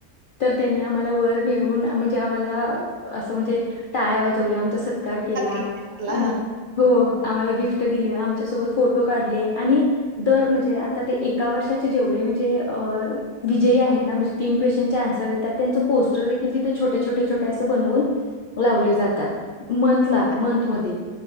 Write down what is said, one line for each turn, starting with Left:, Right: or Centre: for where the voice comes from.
Left: तर त्यांनी आम्हाला वर नेऊन म्हणजे आम्हाला असं म्हणजे टाळ्या वाजवल्या. सत्कार केला
Right: वगैरे झाला
Left: आणि
Right: हा
Left: हो. आम्हाला गिफ्ट दिले. आमच्यासोबत फोटो काढले. आणि दर म्हणजे आता ते एका वर्षात. जेवढे म्हणजे अ विजयी आहेतण म्हणजे तिनं क्वेश्चन चे आंसर देतात. त्यांचे पोस्टर दिखील तिथे छोटे-छोटे असे बूनवुन लावले जातात. मंथला
Right: हो
Left: मंथ मध्ये